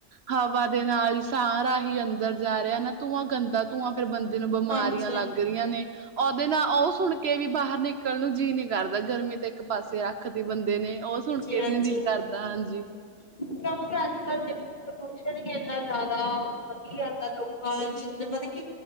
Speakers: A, on the right; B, on the left.
A: ਹਵਾ ਦੇ ਨਾਲ ਹੀ ਸਾਰਾ ਹੀ ਅੰਦਰ ਜਾ ਰਿਹਾ ਨਾ ਧੂੰਆਂ ਗੰਦਾ ਧੂੰਆਂ। ਫਿਰ ਬੰਦੇ ਨੂੰ ਬਿਮਾਰੀਆਂ
B: ਹਾਂਜੀ
A: ਲੱਗ ਰਹੀਆਂ ਨੇ, ਉਹਦੇ ਨਾਲ ਉਹ ਸੁਣ ਕੇ ਵੀ ਬਾਹਰ ਨਿਕਲ ਨੂੰ ਜੀ ਨੀ, ਕਰਦਾ ਗਰਮੀ ਤੇ ਇੱਕ ਪਾਸੇ ਰੱਖ ਦੀ ਬੰਦੇ ਨੇ ਉਹ ਸੁਣ, ਕੇ
B: ਜੀ ਹਾਂਜੀ,
A: ਵੀ ਨੀ ਦਿਲ ਕਰਦਾ ਹਾਂਜੀ।
B: ਕਿਉਂ ਅਜ ਕੱਲ ਦੇਖੋ। ਪ੍ਰਦੂਸ਼ਣ ਹੀ ਇੰਨਾ ਜ਼ਿਆਦਾ ਵਧੀ ਜਾਂਦਾ ਲੋਕਾਂ ਜਿੰਨ ਮਤਲਬ ਕਿ